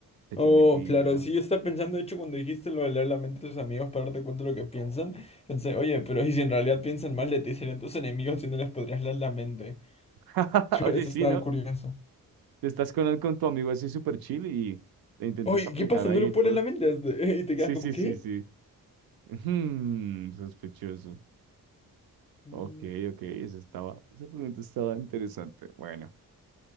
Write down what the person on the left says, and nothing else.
Oh,
claro, sí, yo estaba pensando, de hecho, cuando dijiste lo de leer la mente de tus amigos para darte cuenta de lo que piensan, pensé, oye, pero ¿y si en realidad piensan mal de ti, serían tus enemigos y no les podrías leer la mente?
<laughs>
Eso
estaba
curioso.
Oye,
¿qué pasa?
No le
puedes
leer la mente a este? <laughs> y te
quedas como,
¿qué?
Mm,